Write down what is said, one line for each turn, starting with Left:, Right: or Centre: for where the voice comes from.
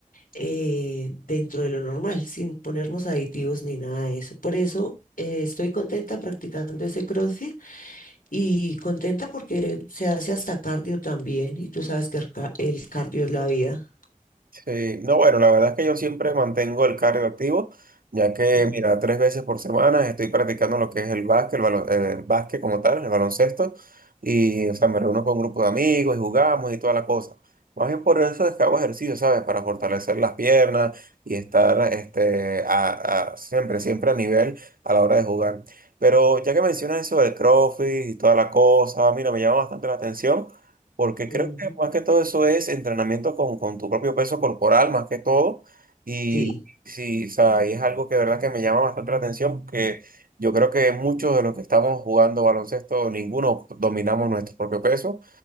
Left: eh, dentro de lo normal, sin ponernos aditivos ni nada de eso. Por eso eh, estoy contenta practicando ese CrossFit y contenta porque se hace hasta cardio también. Y tú sabes que el, ca- el cardio es la vida.
Right: Sí, no, bueno, la verdad es que yo siempre mantengo el cardio activo, ya que,
Left: Mm.
Right: mira, tres veces por semana estoy practicando lo que es el básquet, el, balo- eh, el básquet como tal, el baloncesto, y, o sea, me reúno con un grupo de amigos y jugamos y toda la cosa. Más bien por eso es que hago ejercicio, ¿sabes? Para fortalecer las piernas y estar, este, a, a- siempre, siempre a nivel a la hora de jugar. Pero ya que mencionas eso del CrossFit y toda la cosa, mira, me llama bastante la atención. Porque creo
Left: Ujú.
Right: que más que todo eso es entrenamiento con, con tu propio peso corporal, más que todo. Y
Left: Sí.
Right: sí, o sea, y es algo que de verdad que me llama bastante la atención, porque yo creo que muchos de los que estamos jugando baloncesto, ninguno dominamos nuestro propio peso.